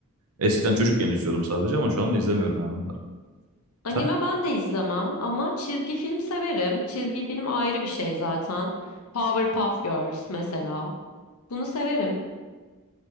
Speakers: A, on the right (about 85°); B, on the left (about 85°).
A: Eskiden çocukken izliyordum sadece ama şu anda izlemiyorum yani onları.
B: Anime
A: Sen?
B: ben de izlemem ama çizgi film severim. Çizgi film ayrı bir şey zaten. Powerpuff Girls mesela. Bunu severim.